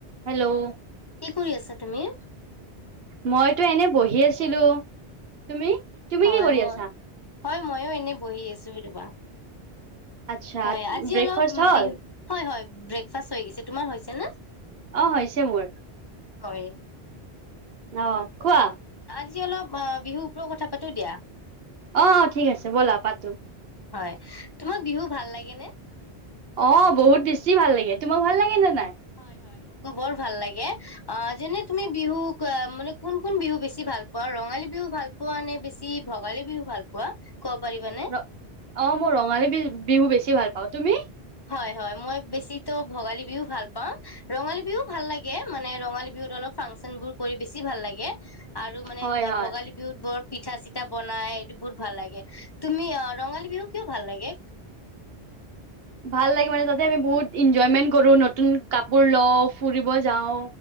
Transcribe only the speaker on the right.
হেল্ল'
মইতো এনে বহি আছিলো তুমি তুমি
কি কৰি
আছা
আচ্ছা
ব্ৰেকফাষ্ট
হ'ল
অ হৈছে মোৰ
অ কোৱা
অ অ ঠিক আছে ব'লা পাতো
অ বহুত বেছি ভাল লাগে তোমাক ভাল লাগে নে নাই
ৰ অ মোৰ ৰঙালী বি বিহু বেছি ভাল পাওঁ তুমি
হয় হয়
ভাল লাগ মানে তাতে আমি বহুত এনজয়মেন্ কৰো নতুন কাপোৰ ল ফুৰিব যাওঁ